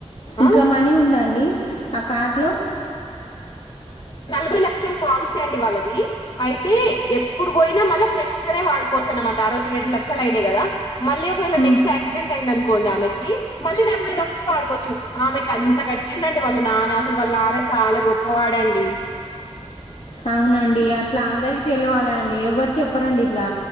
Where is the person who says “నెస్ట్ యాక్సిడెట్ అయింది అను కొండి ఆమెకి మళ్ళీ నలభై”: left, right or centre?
Left